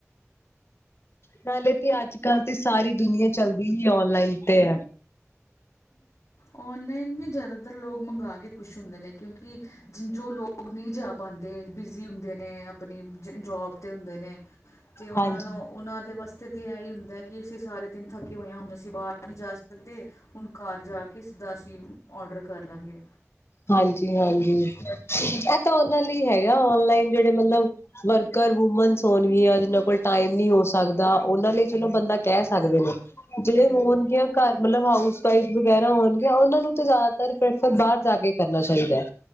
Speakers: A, on the left; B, on the left.
A: ਪਲੇ ਤੇ ਅੱਜ ਕਲ ਤੇ ਸਾਰੀ ਦੁਨੀਆਂ ਚਲਦੀ ਹੀ ਔਨਲਾਈਨ ਤੇ।
B: ਔਨਲਾਈਨ ਵੀ ਜ਼ਿਆਦਾਤਰ ਲੋਕ ਮੰਗਵਾ ਕੇ ਖੁਸ਼ ਹੁੰਦੇ ਨੇ ਕਿਉਂਕਿ ਜੋ ਨਹੀਂ ਜਾ ਪਾਦੇ ਬਿਜ਼ੀ ਹੁੰਦੇ ਨੇ। ਆਪਣੀ ਜੋਬ ਤੇ ਹੁੰਦੇ ਨੇ ਤੇ ਉਹ
A: ਹਾਂਜੀ
B: ਨੂੰ ਉਹਨਾਂ ਦੇ ਬਸ, ਅਤੇ ਤੇ ਇਹ ਹੀ ਹੁੰਦਾ ਕਿ ਉਸ ਸਾਰਾ ਦਿਨ ਥੱਕ ਹੋਏ ਹੁਣ ਅਸੀਂ ਬਾਹਰ ਨ ਜਾ ਸਕਦੇ ਹੁਣ ਘਰ ਜਾ ਕੇ, ਕਿਸ ਦਾ ਅਸੀਂ ਔਡਰ ਕਰ ਲਵਾਂਗੇ।
A: ਹਾਂਜੀ-ਹਾਂਜੀ ਇਹ ਤਾਂ ਉਹਨਾਂ ਲਈ ਹੈਗਾ ਔਨਲਾਈਨ ਜਿਹੜੇ ਮਤਲਬ ਵਰਕਰ ਵੂਮਨ ਹੋਣ ਗਿਆ, ਜਿਨਾਂ ਕੋਲ ਟਾਈਮ ਨੀ ਹੋ ਸਕਦਾ ਉਹਨਾਂ ਲਈ ਚਲੋ ਬੰਦਾ ਕਹਿ ਸਕਦੇ ਨੇ। ਜਿਹੜੇ
B: ਹੂੰ
A: ਹੋਣਗੀਆਂ ਘਰ ਮਤਲਬ ਹਾਊਸ ਸਾਈ ਵਗੈਰਾ ਹੋਣਗੀਆਂ ਉਹਨਾਂ ਨੂੰ ਤੇ ਜ਼ਿਆਦਾਤਰ ਪ੍ਰਫਰ ਬਾਹਰ ਜਾ ਕੇ ਕਰਨਾ ਚਾਹੀਦਾ ਹੈ।